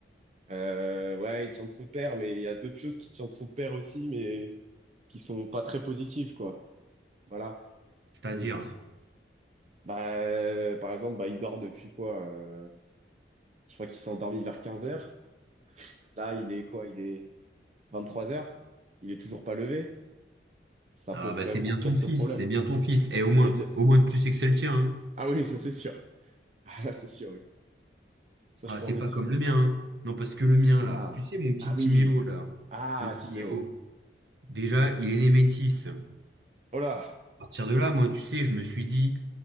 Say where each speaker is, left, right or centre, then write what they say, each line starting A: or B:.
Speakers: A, on the right; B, on the right.
A: euh, ouais, il tient de son père, mais il y a d'autres choses qui tiennent de son père aussi, mais qui sont pas très positives, quoi. Voilà.
B: C'est-à-dire,
A: Donc bah euh, par exemple, bah il dort depuis quoi? euh, je crois qu'il s'est endormi vers 15h. Là, il est quoi? Il est 23h. Il est toujours pas levé. Ça
B: ah
A: pose
B: bah
A: quand
B: c'est
A: même
B: bien
A: pour
B: ton
A: quelques
B: fils,
A: problèmes.
B: c'est bien ton fils. Et au moins,
A: C'est bien.
B: au moins tu sais que c'est le tien. hein.
A: Ah oui, ça c'est sûr. <laughs> Ah, c'est sûr, ok. Ça,
B: Ah,
A: je peux
B: c'est
A: en être
B: pas
A: sûr.
B: comme le mien. hein. Non, parce que le mien,
A: Ah,
B: là, tu sais, mon petit
A: ah
B: Timéo,
A: oui.
B: là,
A: Ah,
B: le Timéo,
A: Timéo.
B: déjà, il est né métis. À
A: Oh là,
B: partir de là, moi, tu sais, je me suis dit,